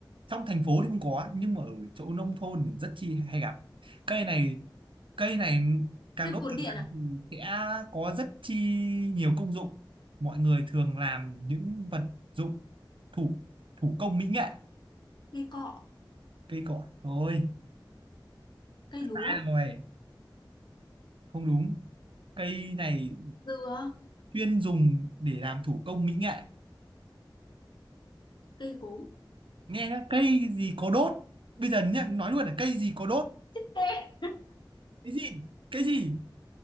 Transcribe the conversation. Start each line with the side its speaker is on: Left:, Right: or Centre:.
Right: trong thành phố thì không có nhưng mà ở chỗ nông thôn thì rất chi hay gặp cây này cây này càng
Left: cây
Right: đốt
Left: cột
Right: càng
Left: điện
Right: dài
Left: à
Right: thì sẽ có rất chi nhiều công dụng mọi người thường làm những vật dụng thủ thủ công mỹ nghệ
Left: cây cọ
Right: cây cỏ thôi
Left: cây
Right: sai
Left: lúa
Right: rồi không đúng cây này
Left: dừa
Right: chuyên dùng để làm thủ công mỹ nghệ
Left: cây gốm
Right: nghe nhá cây gì có đốt bây giờ nhá, nói luôn là cây gì có đốt
Left: Ê,
Right: cái gì cái gì